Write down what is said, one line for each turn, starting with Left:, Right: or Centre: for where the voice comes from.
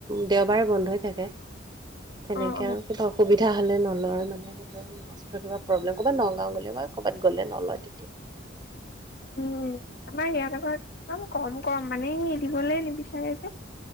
Right: -দেওবাৰে বন্ধ হৈ থাকে, তেনেকে
Left: অ অ
Right: আৰু কিবা অসুবি বিধা হ'লে নলয় মানে সিহঁতৰ মাষ্টৰ কিবা প্ৰব্লেম কবা ন গাওঁ গলে বা কৰ'বাত গলে নলয় তেতিয়া।
Left: উম আমাৰ ইয়াল একদম কম কম মানে এৰি দিবলে নিবিচাৰে যে।